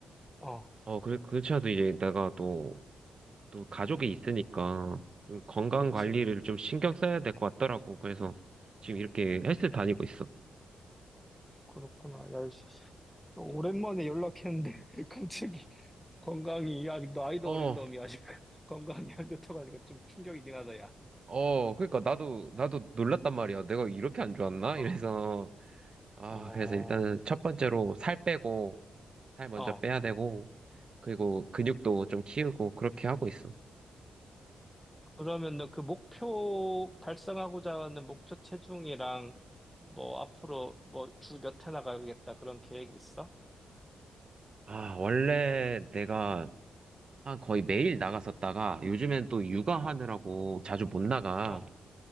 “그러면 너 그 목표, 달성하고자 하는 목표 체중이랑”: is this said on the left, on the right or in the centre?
Centre